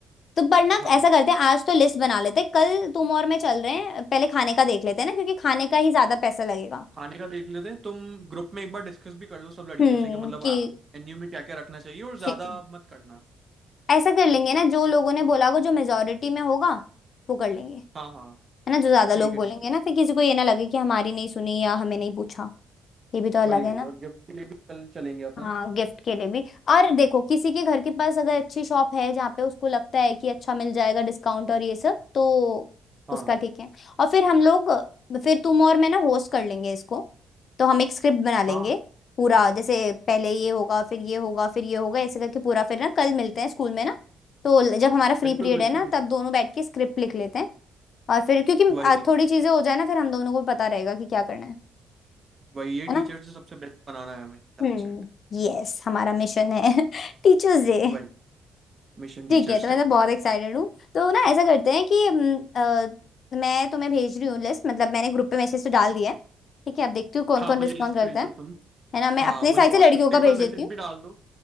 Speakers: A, on the left (about 55°); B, on the right (about 35°).
A: तो पर ना
B: हाँ
A: ऐसा करते हैं आज तो लिस्ट बना लेते हैं कल तुम और मैं चल रहे हैं पहले खाने का देख लेते हैं ना क्योंकि खाने का ही ज्यादा पैसा लगेगा
B: खाने का देख लेते हैं तुम ग्रुप में एक बार डिस्कस भी कर लो सब लड़कियों
A: हम्म
B: से कि मतलब
A: कि
B: मेन्यू में क्या क्या रखना चाहिए और
A: ठीक
B: ज़्यादा
A: है
B: मत करना
A: ऐसा कर लेंगे
B: है ना
A: ना जो लोगों ने बोला होगा जो मेजोरिटी में होगा वो कर लेंगे है
B: हाँ हाँ
A: ना जो ज्यादा
B: ठीक
A: लोग
B: है
A: बोलेंगे
B: ठीक है
A: ना फिर किसी को ये ना लगे कि हमारी नहीं सुनी या हमें नहीं पूछा ये भी तो अलग
B: वही
A: है
B: वही
A: ना
B: और गिफ्ट के लिए भी कल चलेंगे अपन
A: हाँ गिफ्ट के लिए भी और देखो किसी के घर के पास अगर अच्छी शॉप है जहाँ पे उसको लगता है कि अच्छा मिल जाएगा डिस्काउंट और ये सब तो
B: हाँ
A: उसका ठीक है और फिर हम लोग फिर तुम और मैं ना होस्ट कर लेंगे इसको तो हम एक स्क्रिप्ट बना लेंगे
B: हाँ
A: पूरा जैसे पहले ये होगा फिर ये होगा फिर ये होगा ऐसे करके पूरा फिर ना कल मिलते हैं स्कूल में ना तो ल- जब हमारा फ्री
B: बिल्कुल,
A: पीरियड
B: बिल्कुल,
A: है ना तब दोनों बैठ के स्क्रिप्ट लिख लेते हैं और फिर क्योंकि
B: वही
A: आ, थोड़ी चीजें हो जाए ना फिर हम दोनों को पता रहेगा कि क्या करना है
B: वही ये
A: है ना
B: टीचर से सबसे बेस्ट बनाना है हमें, दैट्स
A: हम्म
B: इट,
A: यस हमारा मिशन है <laughs> टीचर्स डे
B: वही मिशन टीचर्स
A: ठीक है तो मैं
B: डे।
A: तो बहुत एक्साइटेड हूँ तो ना ऐसा करते हैं कि हम्म, अ, मैं तुम्हें भेज रही हूँ लिस्ट मतलब मैंने ग्रुप पे मैसेज तो डाल दिया है ठीक है अब देखती हूँ कौन
B: हाँ,
A: कौन
B: मुझे
A: रिस्पॉन्ड
B: लिस्ट
A: करता
B: भेज
A: है
B: दो तुम।
A: है ना मैं
B: हाँ,
A: अपने
B: मुझे
A: साइड
B: व्हाट्सएप
A: से लड़कियों
B: पे
A: का
B: एक बार
A: भेज
B: मैसेज
A: देती हूँ
B: भी डाल दो।